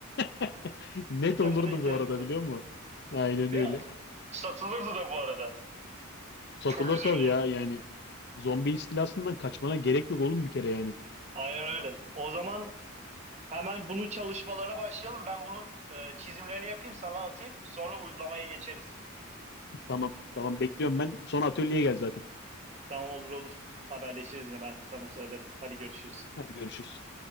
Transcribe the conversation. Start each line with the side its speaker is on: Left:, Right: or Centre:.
Left: <laughs> Net
Right: Cidden
Left: olurdu
Right: buna ihtiyacımız
Left: bu arada
Right: var.
Left: biliyor musun? Aynen
Right: Ve
Left: öyle.
Right: satılırdı da bu arada.
Left: Satılır
Right: Çok güzel
Left: tabii
Right: olurdu.
Left: ya yani. Zombi istilasından kaçmana gerek yok oğlum bir kere yani.
Right: Aynen öyle. O zaman hemen bunun çalışmalarına başlayalım. Ben bunun e, çizimlerini yapayım, sana atayım. Sonra uygulamaya geçeriz.
Left: Tamam tamam bekliyorum ben. Sonra atölyeye gel zaten.
Right: Tamam olur olur. Haberleşiriz yine ben sana söylerim. Hadi görüşürüz.
Left: Hadi görüşürüz.